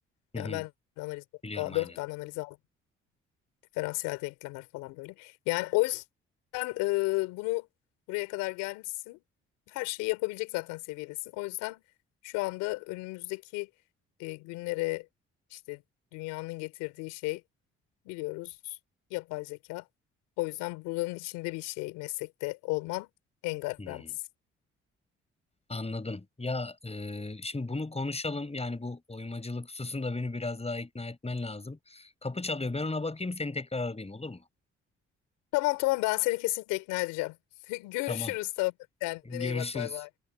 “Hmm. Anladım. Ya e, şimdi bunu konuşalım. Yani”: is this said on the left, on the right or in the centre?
Left